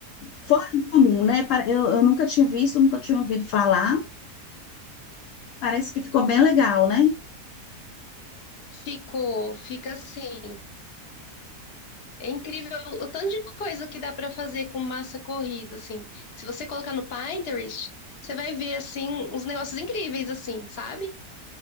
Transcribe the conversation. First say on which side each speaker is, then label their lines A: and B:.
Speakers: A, on the left; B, on the left.
A: fora do comum, né? Pare- Eu, eu nunca tinha visto, nunca tinha ouvido falar. Parece que ficou bem legal, né?
B: Ficou, fica assim. É incrível o tanto de coisa que dá para fazer com massa corrida, assim. Se você colocar no Pinterest, você vai ver, assim, uns negócios incríveis, assim, sabe?